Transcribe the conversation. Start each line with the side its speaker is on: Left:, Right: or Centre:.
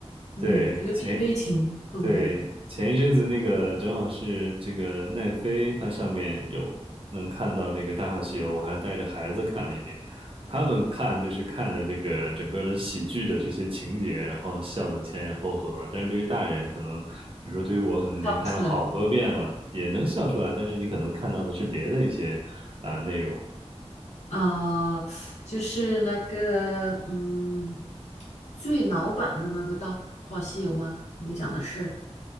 Left: 嗯，
Right: 对，
Left: 有点悲情，
Right: 前，
Left: 会不会
Right: 对，前一阵子那个正好是这个奈飞，它上面有能看到这个《大话西游》，我还带着孩子看了一遍。他们看就是看的这个整个的喜剧的这些情节，然后笑的前仰后合。但是对于大人，可能比如说对于我，可能已经看了好多遍了，
Left: 笑不出来
Right: 也能笑出来，但是你可能看到的是别的一些啊、呃内容。
Left: 啊？就是那个，嗯，最老版的那个《大话西游》吗？你讲的是，